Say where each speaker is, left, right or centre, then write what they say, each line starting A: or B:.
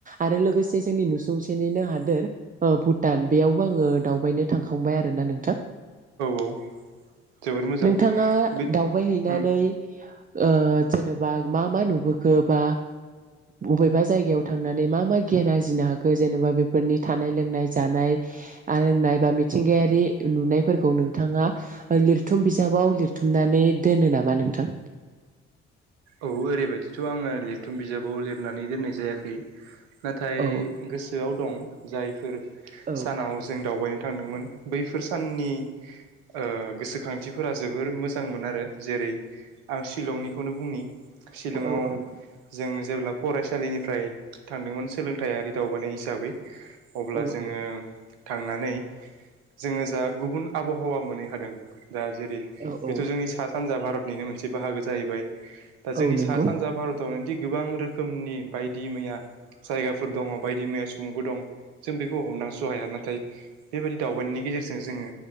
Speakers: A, on the right (about 25°); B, on the right (about 75°).
A: आरो लोगोसे जोंनि नुसुंसेनिनो हादोर ओ भुटान बेयावबो आङो दावबायनो थांखांबाय आरो ना नोंथां
B: औ जोबोर मोजां
A: नोंथाङा
B: बे
A: दावबाय हैैनानै
B: उम
A: ओ जेनेबा मा मा नुबोखो बा बबेबा जायगायाव थांनानै मा मा गि यान आरजिनो हाखो जेनेबा बेफोरनि थानाय लोंनाय जानाय आरो नायबा मिथिंगायारि नुनायफोरखौ नोंथाङा लिरथुम बिजाबाव लिरथुमनानै दोनो नामा नोंथां?
B: औ ओरैबायदिथ' आङो लिरथुम बिजाबाव लिरनानै दोननाय जायाखै नाथाय
A: औ
B: गोसोआव दं जायफोर
A: औ
B: सानाव जों दावबायनो थांदोंमोन बैफोर साननि ओ गोसोखांथिफोरा जोबोर मो जां मोन आरो जेरै आं शिलंनिखौनो बुंनि शिलंआव
A: औ
B: जों जेब्ला फरायसालिनि फ्राय थांदोंमोन सोलोंथाइयारि दावबायानाय हिसाबै अब्ला
A: औ
B: जोङो
A: औ
B: थांनानै जोङो जा गुबुन आबहावा मोनैखादों दा जेरै
A: औ औ
B: बेथ' जोंनि सा सानजा भारत निनो मोनसे बाहागो जाहैबाय दा जोंनि
A: औ नंगौ
B: सा सानजा भारत यावनोदि गोबां रोखोमनि बायदि मैया जायगाफोर दङ बायदि मैया सुबुंफोर दं जों बेखौ हमदांसहाया नाथाय बेबायदि दावबायनायनि गेजेरजों जोङो